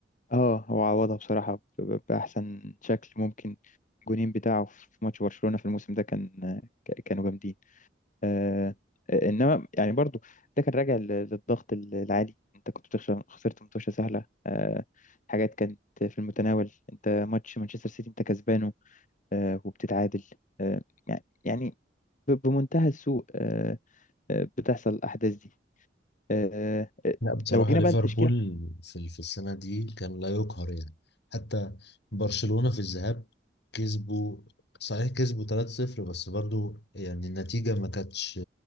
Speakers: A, on the left (about 45°); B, on the left (about 65°).
A: اه هو عوضها بصراحة ب- ب- بأحسن شكل ممكن الجونين بتاعه في ماتش برشلونة في الموسم ده كان آه، ك- كانوا جامدين آه، آه، انما يعني برضو ده كان راجع لل- للضغط ال- العالي انت كنت بتخسر خسرت متوشه سهله آه، حاجات كانت في المتناول انت ماتش مانشستر سيتي انت كسبانه آه، وبتتعادل آه، يع- يعني ب- بمنتهى السوء آه، آه، بتحصل الاحداث دي آه، آه،
B: لا بصراحة
A: لو جينا
B: ليفربول
A: بقى للتشكيله
B: في في السنة دي كان لا يقهر يعني حتى برشلونة في الذهاب كسبوا صحيح كسبوا 3-0 بس برضو يعني النتيجة ما كانتش